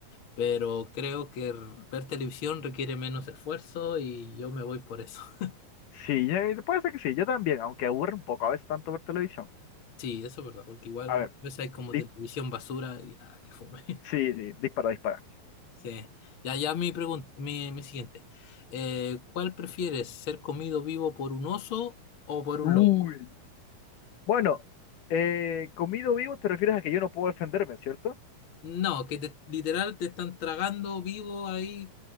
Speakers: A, on the left; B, on the left.
A: pero creo que r- ver televisión requiere menos esfuerzo y yo me voy por eso. <laughs>
B: Sí, yo- puede ser que sí, yo también, aunque aburre un poco a veces tanto ver televisión.
A: Sí, eso es verdad, porque igual
B: A ver,
A: a veces hay como
B: di-
A: televisión basura y ah, qué fome. <laughs>
B: sí, sí, dispara, dispara.
A: Sí. Ya, ya mi pregunta, mi, mi siguiente. Eh, ¿cuál prefieres, ser comido vivo por un oso o por
B: Uy.
A: un lobo?
B: Bueno, eh, comido vivo te refieres a que yo no puedo defenderme, ¿cierto?
A: No, que te- literal te están tragando vivo ahí